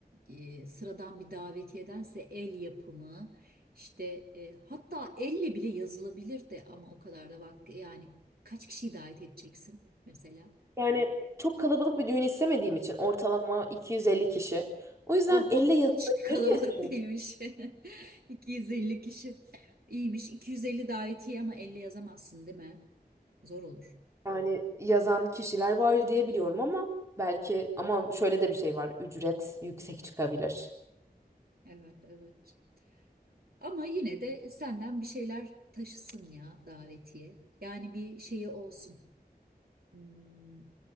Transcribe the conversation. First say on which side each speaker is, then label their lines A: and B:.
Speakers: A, on the right (about 70°); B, on the right (about 15°).
A: eee, sıradan bir davetiyedense el yapımı işte eee, hatta elle bile yazılabilir de ama o kadar da vakti yani kaç kişiyi davet edeceksin mesela?
B: Yani çok kalabalık bir düğün istemediğim için ortalama 250 kişi. O yüzden
A: Oh
B: elle
A: oh
B: yazılabilir
A: hiç kalabalık
B: diye düşünüyorum.
A: değilmiş. <laughs> 250 kişi. İyiymiş. 250 davetiye ama 50 yazamazsın değil mi? Zor olur.
B: Yani yazan kişiler var diye biliyorum ama belki ama şöyle de bir şey var. Ücret yüksek çıkabilir.
A: Evet evet. Ama yine de senden bir şeyler taşısın ya davetiye. Yani bir şeyi olsun. Hmm,